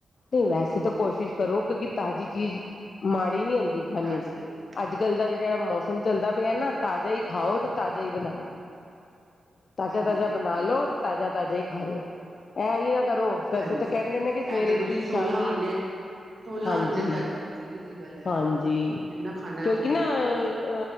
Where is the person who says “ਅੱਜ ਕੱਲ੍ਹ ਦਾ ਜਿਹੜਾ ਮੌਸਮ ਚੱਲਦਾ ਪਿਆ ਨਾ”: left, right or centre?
Left